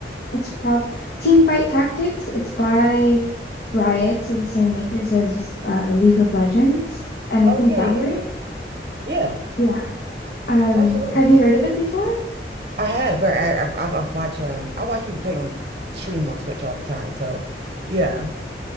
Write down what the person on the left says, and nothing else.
It's prob Team Fight Tactics. It's by Riot, so the same makers as uh, League of Legends and I
think
Valorant.
Yeah. Um,
have you heard of it before?